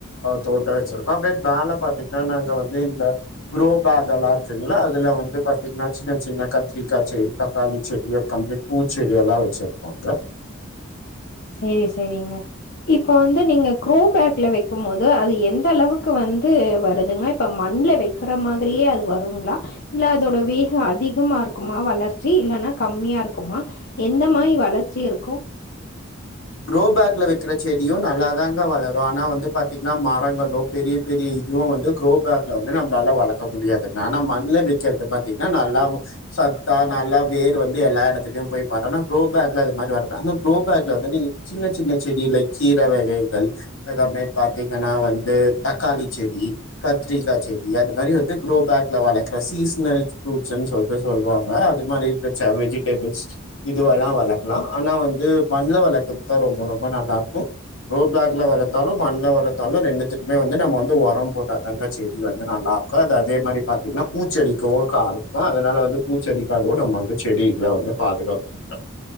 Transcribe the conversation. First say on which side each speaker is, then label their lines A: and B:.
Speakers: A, on the left; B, on the left.
A: தோட்டோ வச்சிருகோ அப்லே மேல பாத்தீங்கன்னா நாங்க வந்து <unintelligible> கரோபேக் அதெல்லா இருக்குங்களா அதுல வந்து பாத்தீங்கன்னா சின்ன சின்ன கத்திரிக்கா செடி தக்காளி செடி கம்ப்ளீட் பூச்செடி எல்லா வச்சிருக்கோங்க
B: சேரி சேரிங்க இப்ப வந்து நீங்க குரோ பேக்ல வைக்கும் போது அது எந்த அளவுக்கு வந்து வருதுங்க இப்ப மண்ல வைக்கிற மாதிரியே அது வருங்களா இல்ல அதோட வேகோ அதிகமா இருக்குமா வளர்ச்சி இல்லைன்னா கம்மியா இருக்குமா எந்த மாயி வளர்ச்சி இருக்கு
A: குரோபேக்ல வக்கிற செடியு நல்லாதாங்க வளரு ஆனா வந்து பாத்தீங்கன்னா மரங்களு பெரிய பெரிய இதுவு வந்து குரோ பேக்ல வந்து நம்மளால வளர்க்க முடியாதுங்க ஆனா மண்ல வைக்கிறது பாத்தீங்கன்னா நல்லா சத்தா நல்லா வேர் வந்து எல்லா எடத்துலயு போய் பாரு ஆனா குரோ பேக்ல அது மாரி வர்து ஆந்த குரோ பேக்ல வந்து நீங்க சின்ன சின்ன செடி லைக் கீரை வகைகள் அதஅப்டே பாத்தீங்கன்னா வந்து தக்காளி செடி கத்திரிக்கா செடி அது மாரி வந்து குரோ பேக்ல வளர்க்குற சீஸ்னல் ஃப்ரூட்ஸ்ன்னு சொல்லிட்டு சொல்லுவாங்க அது மாரிப்ப வெஜிடபிள்ஸ் இதுவெல்லா வளக்கலா ஆனா வந்து மண்ணல வளக்க தா ரொம்ப ரொம்ப நல்லா இருக்கு க்ரோபேக்ல வளத்தாலு மண்ல வளத்தாலு ரெண்டுத்துக்குமே வந்து நம்ம வந்து உரம் போட்டா தாங்க செடி வந்து நல்லா இருக்கு அது அதே மாரி பாத்தீங்கன்னா பூச்செடிக்கவு கா இருக்கு அதனால வந்து பூச்செடிக்க அதுவு நம்ம வந்து செடிகள வந்து பாதுகாப்பவாங்க